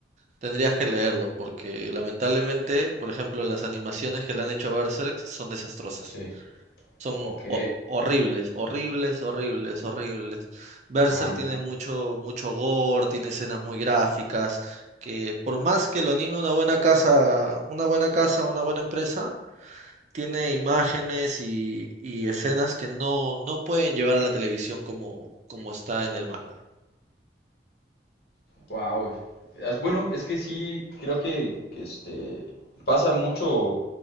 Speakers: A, on the right; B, on the left.
A: Tendrías que leerlo porque lamentablemente, por ejemplo, las animaciones que le han hecho a Berserk son desastrosas.
B: Sí.
A: Son
B: Ok.
A: ho- horribles, horribles, horribles, horribles. Berserk
B: Ah, mira.
A: tiene mucho, mucho gore, tiene escenas muy gráficas, que por más que lo anime una buena casa, una buena casa, una buena empresa, tiene imágenes y, y escenas que no, no pueden llevar a la televisión como, como está en el manga.
B: Wow. Bueno, es que sí, creo que que este pasa mucho